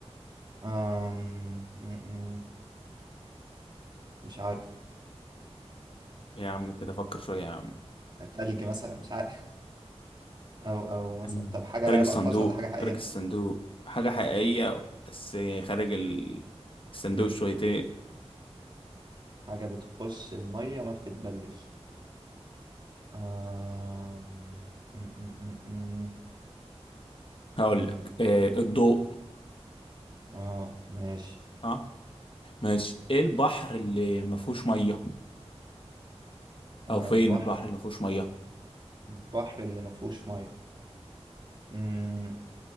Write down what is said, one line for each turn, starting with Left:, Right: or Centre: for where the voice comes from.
Right: أم... مم. مش عارف
Left: يا عم كده فكر شويه يا عم
Right: تلج مثلا مش عارف او او مثلا
Left: مم.
Right: طب حاجة
Left: خارج
Right: لعب
Left: الصندوق
Right: ألفاظ ولا حاجة حقيقية
Left: خارج الصندوق حاجة حقيقية بس خارج ال- الصندوق
Right: مم.
Left: شويتين
Right: حاجة بتخش المية ما بتتبلش أم... مم. مم. مم.
Left: هقول
Right: مم.
Left: لك آه الضوء
Right: اه ماشي
Left: اه ماشي ايه البحر اللي ما فيهوش ميه
Right: آه،
Left: او فين
Right: البحر
Left: البحر اللي ما فيهوش ميه
Right: البحر اللي ما فيهوش مية مم.